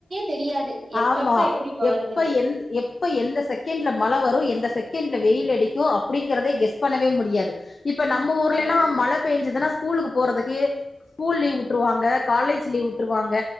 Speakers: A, on the right; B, on the left.
A: தெரியாது. எப்பப்ப
B: ஆமா
A: எப்டி மாறுதுன்னே.
B: எப்ப எந் எப் எப்ப எந்த செகைண்ட்ல மழ வரு எந்த செகேண்ட்ல வெயில் அடிக்கு அப்டிங்கறதே கெஸ் பண்ணவே முடியாது இப்ப நம்ம ஊர்லேல்லா
A: அதான், அதான்.
B: மழ பேஞ்சதுனா ஸ்கூலுக்கு போறதுக்கு ஸ்கூல் லீவ் வுட்ருவாங்க காலேஜ் லீவ் வுட்ருவாங்க